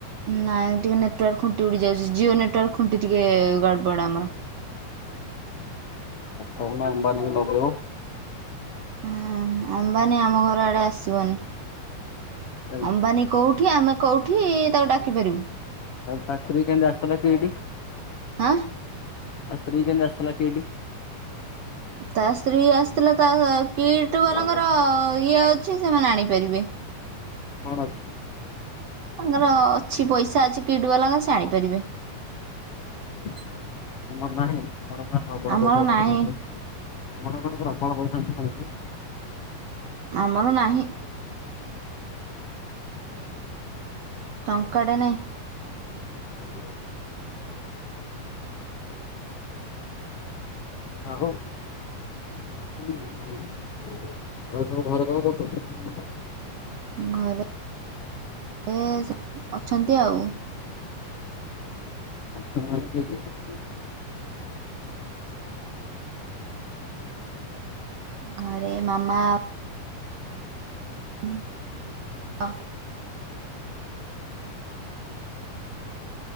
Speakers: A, on the right; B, on the left.
A: ନାଇଁ ଟିକେ ନେଟୱାର୍କ ଖୁଣ୍ଟି ଉଡି ଯାଉଛି ଜିଓ ନେଟୱାର୍କ ଖୁଣ୍ଟି ଟିକେ ଗଡ ବଡ ଆମର।
B: କହୁନା ଆମ୍ବାନୀକୁ ଲଗେଇବ?
A: ହଁ ଅମ୍ବାନୀ ଆମ ଘର ଆଡେ ଆସିବନି।
B: ତା
A: ଅମ୍ବାନୀ କୋଉଠି ଆମେ କୋଉଠି ତାକୁ ଡାକି ପାରିବୁ।
B: ତା ସ୍ତ୍ରୀ କେମିତି ଆସଥିଲା ଏଠି?
A: ହାଁ
B: ତା ସ୍ତ୍ରୀ କେମିତି ଆସିଥିଲା? <unintelligible>
A: ତା ସ୍ତ୍ରୀ ଆସିଥିଲା ତା କିଟ ବାଲାଙ୍କର
B: ରହ ରହ
A: ଇଏ ଅଛି ସେମାନେ ଆଣିପାରିବେ।
B: କଣ ଅଛି?
A: ତାଙ୍କର ଅଛି ପଇସା ଅଛି କିଟ ବାଲାଙ୍କର ସେ ଆଣିପାରିବେ।
B: ଠିକ ତମର ନାହିଁ ତମର ପ୍ରବଳ
A: ଆମର
B: ପଇସା କୁ
A: ନାହିଁ
B: ମୁୁ ତମର କଟେ ପ୍ରବଳ ପଇସା ମୁଁ ଖଳୁଛି
A: ଆମର ନାହିଁ। ଟଙ୍କାଟେ ନାହିଁ।
B: ଓହୋ ଆଉ। ହୁଁ ହୁଁ ଆଉ ସବୁ ଘରେ କଣ କରୁଛନ୍ତି?
A: ଘରେ ଏ ଅଛନ୍ତି ଆଉ।
B: ଅଛନ୍ତି ମାନେ କିଏ କିଏ?
A: ଘରେ ମାମା <unintelligible>